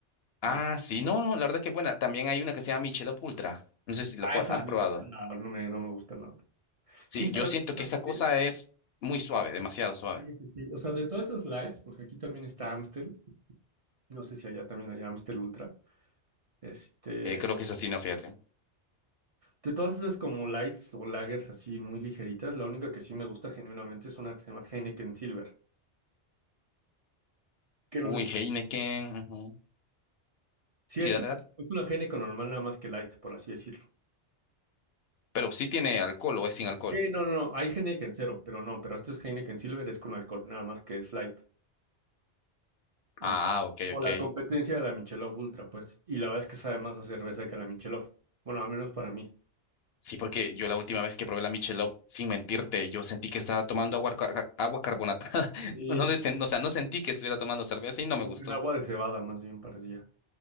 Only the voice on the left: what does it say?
Ah,
sí, no, no, la verdad que es buena. También hay una que se llama Michelob Ultra. No sé si la
pu-
has probado.
Sí,
yo siento que
esa cosa
es muy
suave,
demasiado suave.
Eh, creo que es así, no, fíjate.
Uy,
Heineken. ujú.
Sí,
dale, dale.
Pero sí tiene alcohol o es sin alcohol.
Ah, ok,
ok.
Sí, porque yo la última vez que probé la Michelob, sin mentirte, yo sentí que estaba tomando agua, ca- agua carbonatada. <laughs>
No,
le, sen- o sea, no sentí que estuviera tomando cerveza y no
me gustó.